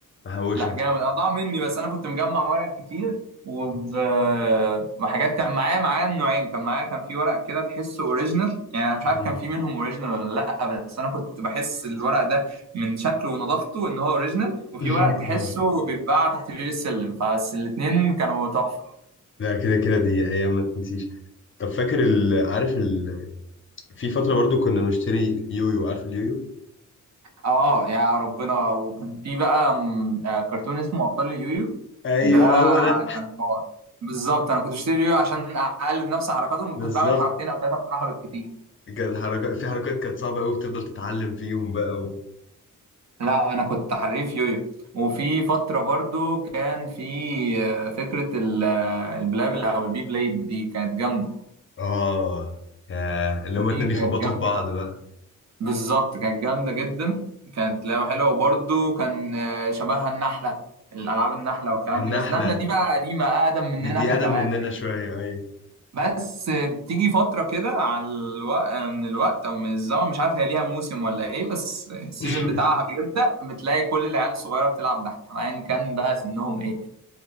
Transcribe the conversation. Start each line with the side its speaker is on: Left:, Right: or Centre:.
Left: بحوشه
Right: لا جامد انا ضاع مني بس انا كنت مجمع ورق كتير وب... وحاجات كان معايا معايا النوعين كان معايا كان في ورق كده تحسه اوريجينال يعني انا مش
Left: مم.
Right: عارف كان في منهم اوريجينال ولا لا بس انا كنت بحس الورق ده من شكله ونظافته ان هو اوريجينال وفي
Left: <laughs>
Right: ورق تحسه بيتباع تحت بير السلم فبس الاتنين كانوا تحفة
Left: لا كده كده دي ايام ما تنسيش طب فاكر ال... عارف ال... في فتره برضو كنا بنشتري يويو عارف اليويو
Right: اه يا ربنا وكان في بقى م- آه، كرتون اسمه ابطال اليويو
Left: ايوه
Right: ده
Left: ما هو ده
Right: كان حوار بالظبط انا كنت بشتري يويو عشان اقلد نفس حركاتهم
Left: بالظبط
Right: كنت بعمل حركتين او ثلاثة بصراحة بالكتير
Left: كانت حركات في حركات كانت صعبه قوي بتفضل تتعلم فيهم بقى و...
Right: لا انا كنت حريف يويو وفي فتره برضو كان في آه، فكره ال- آه، البلابل او البي بليد دي كانت جامده
Left: اه يا اللي هما
Right: دي
Left: اتنين يخبطوا
Right: كانت جامده
Left: في بعض بقى
Right: بالظبط كانت جامده جدا كانت لعبه حلوه وبرضو كان آه، شبهها النحله الالعاب النحله والكلام
Left: النحله
Right: دي بس النحله دي بقى قديمه اقدم مننا
Left: دي دي
Right: احنا
Left: ادم
Right: كمان
Left: مننا شويه ايوه
Right: بس آه، تيجي فتره كده على الوقت من الوقت او من الزمن مش عارف هي ليها موسم ولا ايه بس السيزون
Left: <laughs>
Right: بتاعها بيبدا بتلاقي كل العيال الصغيره بتلعب نحله ايا كان بقى سنهم ايه